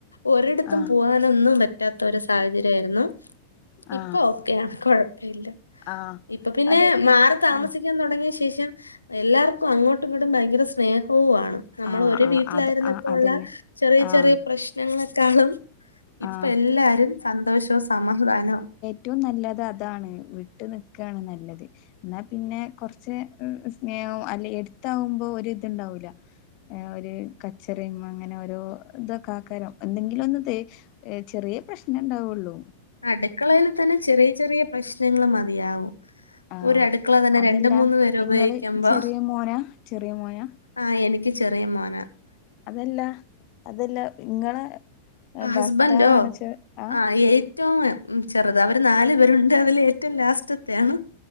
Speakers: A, on the left; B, on the left.
A: ഒരട്ത്തും
B: ആ
A: പോവാ നൊന്നും പറ്റാത്ത ഒരു സാഹചര്യയിരുന്നു
B: ആ
A: ഇപ്പൊ ഓക്കെയാണ് കൊഴപ്പ ഇല്ല.
B: ആ
A: ഇപ്പൊ പിന്നെ
B: അതെ
A: മാറി താമസിക്കാൻ
B: ആ
A: തൊടങ്ങിയ ശേഷം എല്ലാർക്കും അങ്ങോട്ടും ഇങ്ങോട്ടും ഭയങ്കര സ്നേഹവു ആണ് നമ്മളൊരു
B: ആഹ് ആഹ്
A: വീട്ടിലായിരുന്ന
B: അത് ആഹ്
A: പ്പോള്ള
B: അതന്നെ
A: ചെറിയ
B: ആഹ്
A: ചെറിയ പ്രശ്നങ്ങളെക്കാളും. ഇപ്പൊ
B: ആഹ്
A: എല്ലാരും സന്തോഷവും സമാധാനൊം.
B: റ്റവും നല്ലത് അതാണ് വിട്ട് നിക്കാണ് നല്ലത്. ഇന്നാ പിന്നെ കൊറ്ച്ച് സ്നേഹവും അല്ല എട്ത്താവുമ്പൊ ഒര് ഇത്ണ്ടാവൂല. ഒരു കച്ചറിം അങ്ങനെ ഓരോ ഇതൊക്ക ആക്കാരം എന്തെങ്കിലും ഒന്ന് തേ ഏഹ് ചെറിയ പ്രശ്നെ ഇണ്ടാവൊള്ളു.
A: അടുക്കളയില് തന്നെ ചെറിയ ചെറിയ പ്രശ്നങ്ങള് മതിയാവും.
B: ആഹ്
A: ഒരടുക്കള തന്നെ
B: അതല്ല
A: രണ്ട് മൂന്ന് പേര്
B: ഇങ്ങള്
A: ഉപയോകിക്കുമ്പൊ.
B: ചെറിയ മോനാ ചെറിയ മോനാ
A: ആഹ് എനിക്ക് ചെറിയ മോന.
B: അതല്ല അതല്ല ഇങ്ങള
A: ഹസ്ബൻഡോ
B: ഭർത്താവാണ്ച്ച ആഹ്.
A: ആ ഏറ്റവും ചെറുത് അവര് നാല് പേരുണ്ട് അതില് ഏറ്റവും ലാസ്റ്റ്ത്ത്യാണ്.